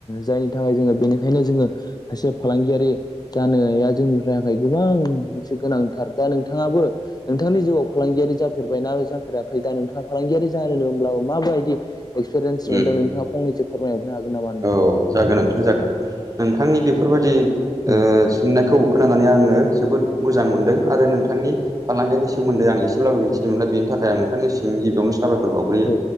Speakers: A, on the left (about 35°); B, on the right (about 30°).
A: जायनि थाखाय जोङो बेनिखायनो जोङो सासे फालांगियारि जानाया जोंनिफ्राय गोबां मोनसे गोनांथार दा नोंथाङाबो नोंथांनि जिउआव फालांगियारि जाफेरबायना जाफेराखै दा नोंथाङा फालांगियारि जानो होनब्ला माबायदि एक्सपिरियेन्स मोनदों
B: औ
A: नोंथाङा फंनैसो फोरमायहरनो हागोन नामा नोंथां।
B: औ जागोन नोंथां जागोन नोंथांनि बेफोरबायादि ओ
A: औ
B: सोंनायखौ खोनानानै आङो जोबोद मोजां मोनदों आरो नोंथांनि फालांगिनि सोमोन्दै आं एसेब्लाबो मिथिनो मोनला बेनि थाखाय आं नोंथांनिसिम गिबियावनो साबायख खर बावग्रोयो
A: औ